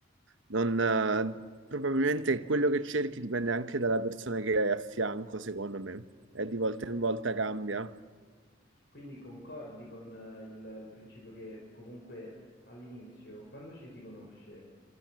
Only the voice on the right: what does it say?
non... eh, Probabilmente quello che cerchi dipende anche dalla persona che hai a fianco, secondo me, e di volta in volta cambia.